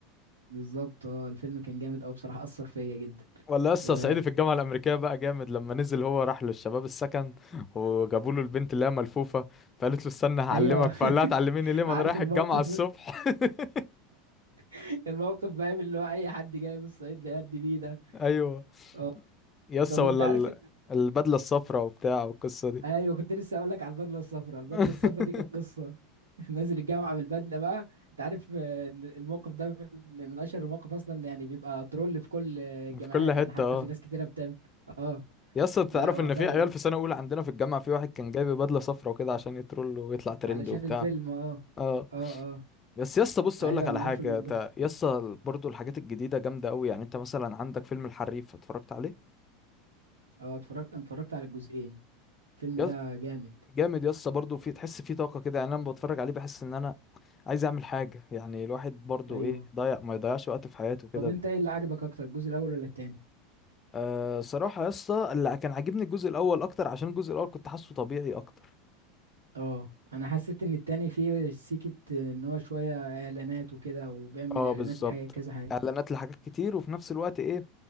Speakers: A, on the right; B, on the left.
A: بالظبط اه الفيلم كان جامد اوي بصراحة اثر فيا جدا
B: ولا يس
A: و
B: صعيدي في الجامعة الأمريكية بقى جامد لما نزل هو راح للشباب السكن وجابوا له البنت اللي هي ملفوفة فقالت له استنى هعلمك
A: ايوه
B: فقال لها تعلميني
A: <laughs>
B: ليه ما
A: عارف
B: انا رايح
A: الموقف
B: الجامعة الصبح <laughs>
A: <laughs> الموقف بقى من اللي هو اي حد جاي من الصعيد بيأدي بيه ده
B: ايوه
A: اه
B: يس
A: طب
B: ولا
A: انت عارف
B: ال- البدلة الصفراء وبتاع والقصة دي
A: ايوه كنت لسه اقول لك على البدله الصفراء البدله
B: <laughs>
A: الصفراء دي كانت قصه <laughs> نازل الجامعه بالبدله بقى انت عارف آه، إن الموقف ده من من اشهر المواقف اصلا يعني بيبقى ترول في كل آه، الجامعات
B: في كل حتة
A: يعني حتى
B: اه
A: في ناس كتيره بتعمل اه
B: يا اسطى انت
A: لا
B: تعرف
A: هو
B: ان
A: فعلا
B: في عيال في سنة اولى عندنا في الجامعة في واحد كان جايب بدلة صفرا وكده عشان يترول ويطلع ترند
A: علشان
B: وبتاع
A: الفيلم اه
B: اه
A: اه اه
B: بس يا اسطى بص
A: ايوه
B: اقول لك
A: انا
B: على حاجة
A: عارف الواد
B: انت
A: ده
B: يا اسطى برضه الحاجات الجديدة جامدة قوي يعني انت مثلا عندك فيلم الحريف اتفرجت عليه
A: اه اتفرجت انا اتفرجت على الجزئين الفيلم
B: يا
A: ده جامد
B: جامد يا اسطى برضه في تحس فيه طاقة كده يعني انا لما بتفرج عليه بحس ان انا عايز اعمل حاجة يعني الواحد برضه
A: ايوه
B: ايه ضيع ما يضيعش وقت في حياته كده
A: طب انت ايه اللي عجبك اكتر الجزء الاول ولا التاني
B: أه صراحة يا اسطى اللي كان عاجبني الجزء الأول أكتر عشان الجزء الأول كنت حاسه طبيعي أكتر
A: اه انا حسيت ان التاني فيه سيكة ان هو شوية اعلانات وكده وبيعمل
B: اه
A: اعلانات
B: بالظبط
A: لحاجة كذا حاجة
B: اعلانات لحاجات كتير وفي نفس الوقت ايه